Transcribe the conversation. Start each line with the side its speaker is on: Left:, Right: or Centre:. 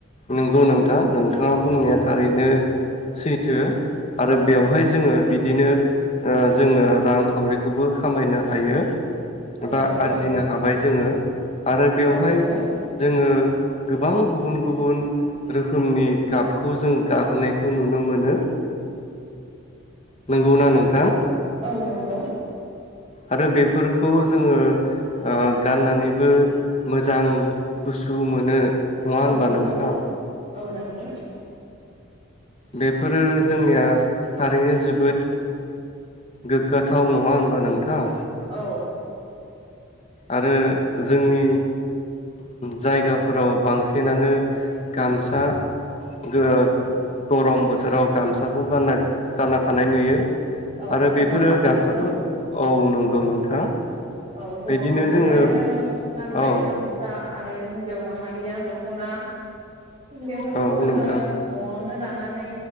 Left: नंगौ नोंथां नोंथाङा बुंनाया थारैनो सैथो आरो
Right: औ
Left: बेवहाय
Right: नंगौ
Left: जोङो बिदिनो जोङो रांखावरिखौबो खामायनो हायो
Right: औ
Left: एबा
Right: नंगौ
Left: आरजिनो हाबाय जोङो आरो बेवहाय
Right: औ नंगौ
Left: जोङो गोबां गुबुन गुबुन रोखोमनि गाबखौ जों गाहोनायखौ नुनो मोनो। नंगौ ना नोंथां?
Right: औ नंगौ।
Left: आरो बेफोरखौ जोङो ओ गाननानैबो मोजां गुसु मोनो। नङा होनबा
Right: औ नंगौ
Left: नोंथां?
Right: औ नंगौ‌।
Left: बेफोरो जोंनिया थारैनो जोबोद गोग्गाथाव नङा होनबा नोंथां?
Right: औ।
Left: आरो जोंनि जायगाफोराव बांसिनानो गामसा ओ
Right: औ
Left: गरमबो बोथोराव गामसाखौ गानना गानना थानाय नुयो।
Right: औ
Left: आरो
Right: हौवा
Left: बेफोरो
Right: माहारिखौ
Left: गामसाफोर औ नंगौ नोंथां।
Right: औ औ हौवा
Left: बिदिनो
Right: माहारियानो
Left: जोङो
Right: गानबाय
Left: औ
Right: गामसा आरो हिन्जाव माहारिया दख'ना बेफोरखौ
Left: औ
Right: जोङो
Left: नोंथां
Right: न'आवनो दानानै